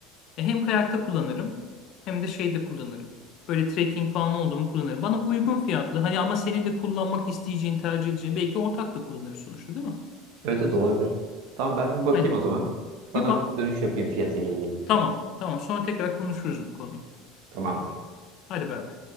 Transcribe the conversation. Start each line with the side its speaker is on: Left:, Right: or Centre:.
Left: Ya hem kayakta kullanırım hem de şeyde kullanırım. Böyle trekking falan oldu mu kullanırım. Bana uygun fiyatlı hani ama senin de kullanmak isteyeceğin, tercih edeceğin belki ortak da kullanırız sonuçta değil mi?
Right: evet evet olabilir. Tamam ben bir bakayım
Left: Aynen.
Right: o zaman. Sana
Left: Bir bak.
Right: dönüş yapayım fiyatıyla ilgili.
Left: Tamam. Tamam. Sonra tekrar konuşuruz bu konuyu.
Right: Tamamdır.
Left: Hadi bay bay.